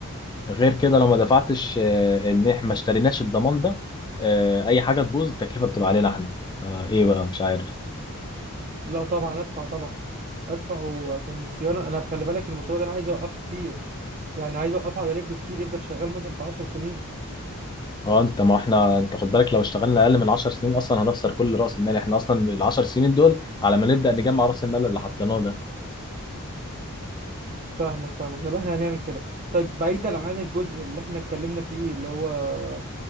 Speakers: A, on the left (about 20°); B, on the right (about 35°).
A: غير كده لو ما دفعتش آه، ان احنا ما اشتريناش الضمان ده آه، اي حاجة تبوظ التكلفة بتبقى علينا احنا فايه بقى مش عارف
B: لا طبعا ادفع طبعا ادفع عشان الصيانه انا بخلي بالك المشروع ده انا عايز اوقفه كتير يعني عايز اوقفه على رجله كتير يفضل شغال مثلا بتاع 10 سنين
A: اه انت ما احنا انت خد بالك لو اشتغلنا اقل من 10 سنين اصلا هنخسر كل راس المال احنا اصلا ال 10 سنين دول على ما نبدأ نجمع راس المال اللي حطيناه ده
B: فاهمك فاهمك طب احنا هنعمل كده طيب بعيدا عن الجزء اللي احنا اتكلمنا فيه اللي هو